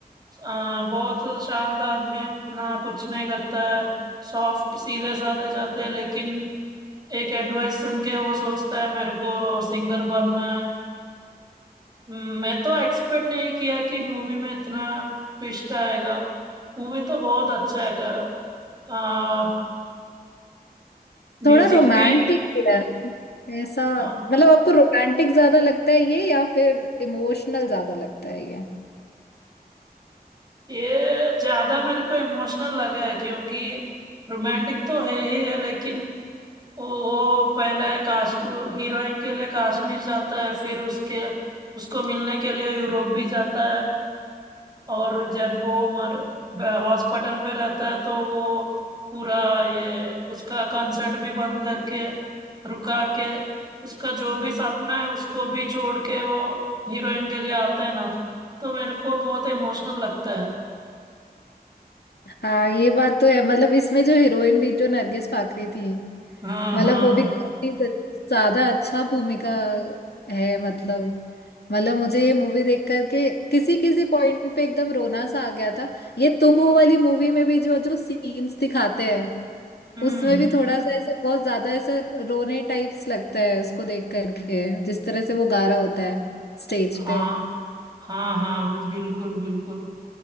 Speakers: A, on the right; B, on the left.
A: आ, बहुत शांत आदमी है उतना कुछ नहीं करता है सॉफ्ट सीधे साधे जाते हैं लेकिन एक एडवाइस सुन के वो सोचता है मेरे को सिंगर बनना है हम्म, मैं तो एक्सपेक्ट नहीं किया कि मूवी में इतना ट्विस्ट आएगा मूवी तो बहुत अच्छा है आ,
B: थोड़ा
A: म्यूजिक
B: रोमांटिक
A: भी
B: भी है ना? ऐसा
A: हाँ,
B: मतलब आपको रोमांटिक ज्यादा लगता है ये या फिर इमोशनल ज्यादा लगता है ये
A: ये ज्यादा मेरे को इमोशनल लगा है क्योंकि रोमांटिक तो है ही है लेकिन वो पहले काश हीरोइन के लिए कश्मीर जाता है फिर उसके उसको मिलने के लिए यूरोप भी जाता है और जब वो मर हॉस्पिटल पे रहता है तो वो पूरा ये उसका कंसर्ट भी बंद करके रुका के उसका जो भी सपना है उसको भी छोड़ के वो हीरोइन के लिए आता है ना तो मेरे को बहुत इमोशनल लगता है
B: हाँ ये बात तो है मतलब इसमें जो हीरोइन भी जो नरगिस फाकरी थी
A: हाँ
B: मतलब
A: हाँ
B: वो भी काफी ज- ज्यादा अच्छा भूमिका है मतलब मतलब मुझे ये मूवी देख करके किसी किसी पॉइंट पे एकदम रोना सा आ गया था ये तुम हो वाली मूवी में भी जो जो सीन्स दिखाते हैं
A: हम्म
B: उसमें भी थोड़ा सा ऐसा बहुत ज्यादा ऐसा रोने टाइप्स लगता है उसको देख करके जिस तरह से वो गा रहा होता है स्टेज
A: हाँ
B: पे
A: हाँ हाँ बिल्कुल बिल्कुल